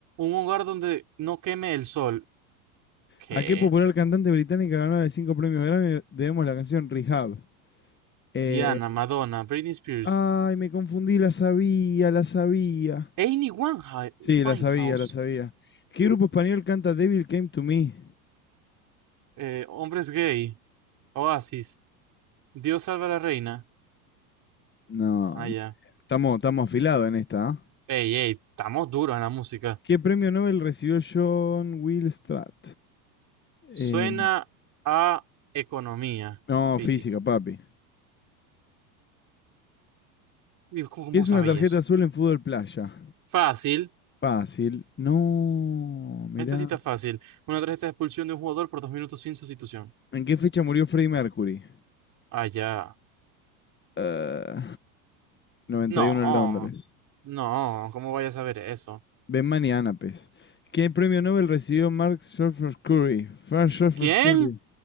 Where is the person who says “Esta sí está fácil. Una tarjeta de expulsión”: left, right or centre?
Right